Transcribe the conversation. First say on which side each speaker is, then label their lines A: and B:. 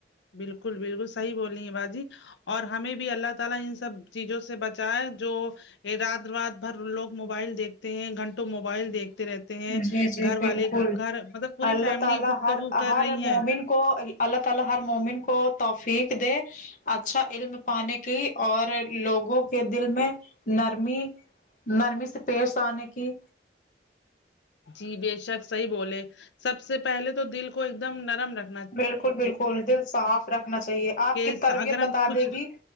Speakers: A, on the left; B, on the left.
A: بالکل بالکل صحیح بول رہی ہیں باجی اور ہمیں بھی اللہ تعالی ان سب چیزوں سے بچ جو رات رات بھر لوگ موبائل دیکھتے ہیں گھنٹوں موبائل دیکھتے رہتے ہیں
B: جی جی
A: گھر
B: بالکل
A: والے گھر مطلب پوری
B: اللہ
A: فیملی
B: تعالی
A: گفتگو
B: ہر
A: کر
B: ہر
A: رہی
B: مومن
A: ہیں
B: کو اللہ تعالی ہر مومن کو توفیق دے اچھا علم پانے کی اور لوگوں کے دل میں نرمی نرمی سے پیش آنے کی
A: جی بے شک صحیح بولے سب سے پہلے تو دل کو ایک دم نرم رکھ
B: بالکل بالکل دل صاف رکھنا چاہیے آپ
A: کہ
B: کی تربیت
A: اگر ہم
B: بتا
A: کچھ
B: دے گی